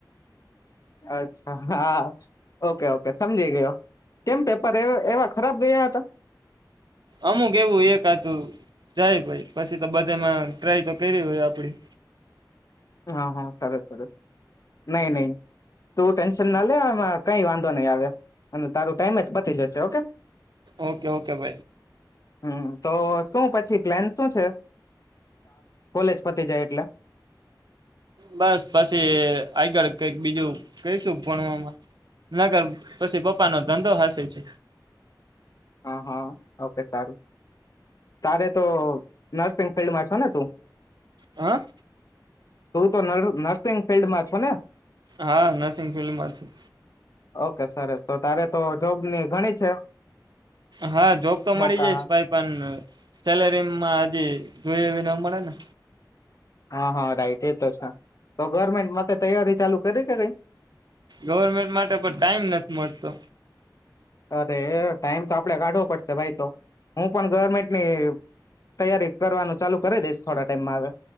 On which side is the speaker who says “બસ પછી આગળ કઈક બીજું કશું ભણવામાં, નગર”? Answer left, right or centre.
Right